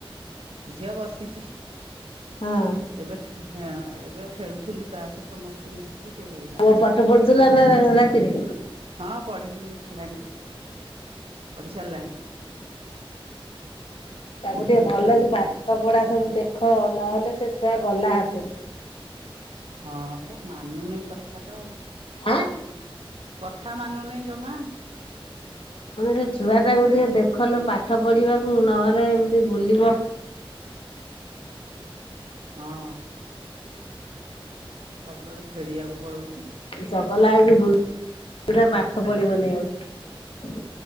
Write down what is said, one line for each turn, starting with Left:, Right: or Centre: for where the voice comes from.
Right: ଝିଅ ବସିଛି।
Left: ହଁ
Right: ଏବେ ହଁ ଏବେ ଖେଳୁଥିଲୁ ତା ସହ ସମସ୍ତେ ମିଶିକି ସେ ଏଇନା
Left: ପୁଅ
Right: ବସିଛି।
Left: ପାଠ <unintelligible> ରାତିରେ।
Right: ହଁ ପଢ଼ିକି ଉଠିଲାଣି ପା ପଢ଼ି ସାରିଲାଣି।
Left: ତାକୁ ଟିକେ ଭଲ କି ପାଠ ପଢା ସବୁ ଦେଖ ନହେଲେ ସେ ଛୁଆ ଗଲା ହାତରୁ।
Right: ହଁ ବା ମାନୁନି କଥା ତ।
Left: ଆଁ
Right: କଥା ମାନୁନାଇଁ ଜମା।
Left: କହିଲି ସେ ଛୁଆ ଟାକୁ ଟିକେ ଦେଖଲୋ ପାଠ ପଢିବାକୁ ନହେଲେ ଏମିତି ବୁଲିବ।
Right: ହଁ। ସବୁବେଳେ ଖେଳିବାକୁ ପଳଉଛି।
Left: ଚଗଲା ହେଇକି ବୁଲ ପୁରା ପାଠ ପଢିବନି ଆଉ।